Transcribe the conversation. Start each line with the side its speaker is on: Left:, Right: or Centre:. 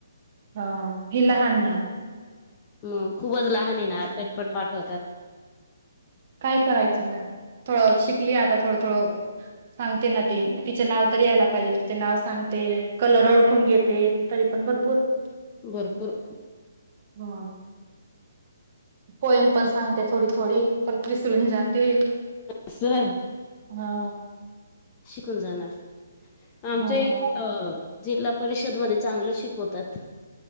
Right: हा. हि लहानए ना -
Left: हम खूपच लहान आहे ना. तरी पण पाठवतात.
Right: काय करायचं ना - थोडं शिकली आता थोडं -थोडं सांगते ना ती. तिचे नाव तरी यायला पाहिजे तिचे नाव सांग - ते कलर ओळखून घेते तरी पण भरपूर -
Left: भरपूर
Right: म पोएम पण सांगते थोडी -थोडी परत विसरून जाते.
Left: असं अ
Right: हा
Left: शिकून जाणार आमच्या
Right: हा
Left: इथ अ जिल्हा परिषदमध्ये चांगलं शिकवतात